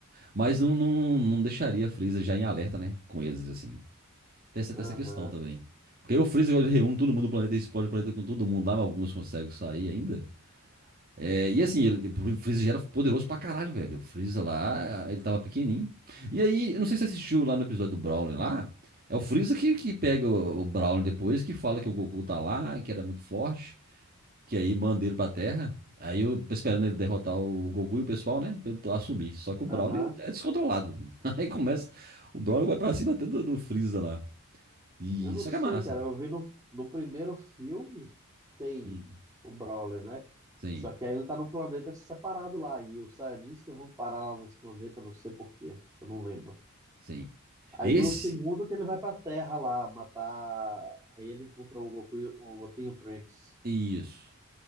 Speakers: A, on the right; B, on the right.
A: Mas não, não, não deixaria a Freeza já em alerta, né? Com eles, assim. Tem essa,
B: Aham,
A: tem essa questão também. Porque aí o Freeza ele reúne todo mundo do planeta e explode o planeta com todo mundo lá, mas alguns conseguem sair ainda. É, e assim, ele- o Freeza já era poderoso pra caralho, velho. O Freeza lá, ele tava pequenininho. E aí, eu não sei se você assistiu lá no episódio do Brawley lá. É o Freeza que, que pega o, o Brawley depois, que fala que o Goku tá lá, que era muito forte que aí manda ele pra Terra. Aí eu esperando ele derrotar o Goku e o pessoal, né? Pra ele assumir. Só que o Broly
B: aham.
A: é descontrolado. <laughs> Aí começa. O Broly vai pra cima até do, do Freeza lá. E
B: Eu não
A: só
B: sei,
A: que é massa.
B: cara. Eu vi no, no primeiro filme, tem
A: Hum,
B: o Brawler, né?
A: sim,
B: Só que aí ele tá num planeta separado lá. E os Saiyajins que vão parar lá nesse planeta, não sei por quê. Eu não lembro.
A: sim.
B: Aí
A: Esse.
B: no segundo que ele vai pra Terra lá matar. Aí ele encontra o Goku, e o Goten e o Trunks.
A: Isso.